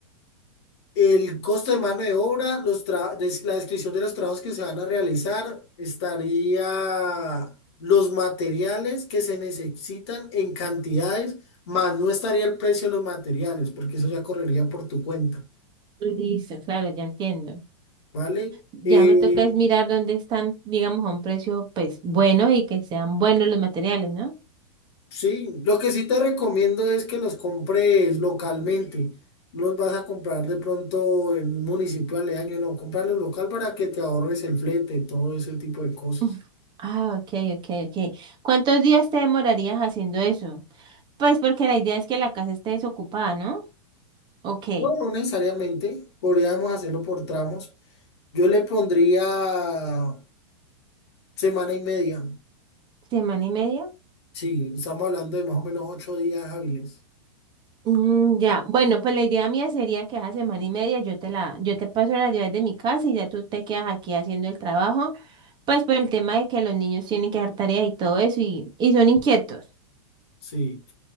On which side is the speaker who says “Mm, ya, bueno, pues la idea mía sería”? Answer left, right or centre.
Right